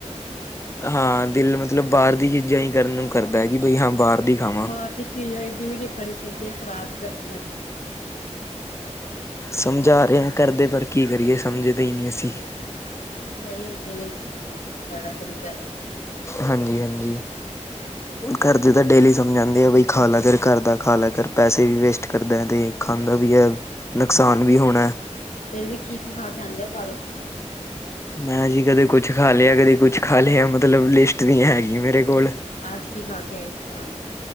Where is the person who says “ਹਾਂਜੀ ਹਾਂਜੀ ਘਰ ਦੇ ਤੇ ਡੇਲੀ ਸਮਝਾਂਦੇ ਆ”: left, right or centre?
Left